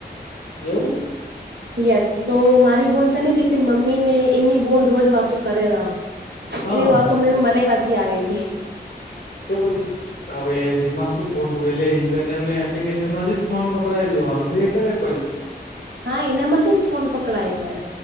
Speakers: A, on the left (about 75°); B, on the right (about 85°).
A: એવું.
B: યસ તો મારી બોન તો નહી લેકિન મમ્મી ને એની બોન રોજ વાતું કરે રહા.
A: હા
B: એની વાત હમનેંને મને હસી આવે રિ.
A: તો પછી હવે એમાં શું ખોટું હેલે બંનેને એપ્લિકેશન માંથી જ ફોન પકડાવી દેવાનું બે કરે પડી
B: હા એનામાંથી ફોન પકડાયો હે